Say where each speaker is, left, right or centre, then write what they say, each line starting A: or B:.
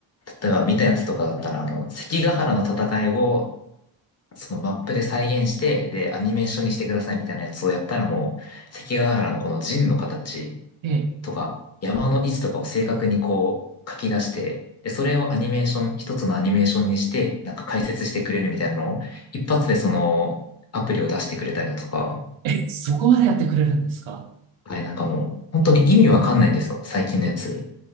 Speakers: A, on the left; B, on the right.
A: 例えば見たやつとかだったら、あの、関ヶ原の戦いを、そのマップで再現して、で、アニメーションにしてくださいみたいなやつをやったらもう、関ヶ原のこの陣の形、
B: ええ、
A: とか、山の位置とかを正確にこう書き出して、で、それをアニメーション、一つのアニメーションにして、なんか解説してくれるみたいなのを、一発でそのアプリを出してくれたりだとか、
B: ええ、そこまでやってくれるんですか
A: はい、なんかもう、本当に意味わかんないんですよ、
B: ええ、
A: 最近のやつ。